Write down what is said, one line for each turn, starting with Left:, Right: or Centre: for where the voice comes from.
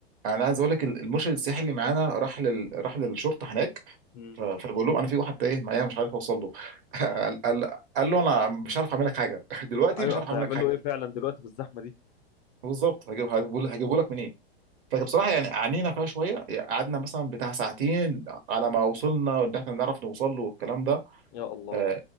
Right: انا عايز اقول لك المرشد السياحي اللي معانا راح لل... راح للشرطه هناك
Left: مم.
Right: ف- فبقول لهم انا في واحد تايه معايا مش عارف اوصل له
Left: اه
Right: <laughs> قال, قال, قال له انا مش عارف اعمل لك حاجه <laughs> دلوقتي
Left: ايوه
Right: مش عارف
Left: اصل
Right: اعمل
Left: هيعمل
Right: لك حاجه
Left: له ايه فعلا دلوقتي في الزحمه دي
Right: بالظبط هجيب هجيبه هجيبه لك منين فبصراحه يعني عانينا فيها شويه قعدنا مثلا بتاع ساعتين على ما وصلنا ان احنا نعرف نوصل له والكلام ده
Left: يا الله
Right: آه،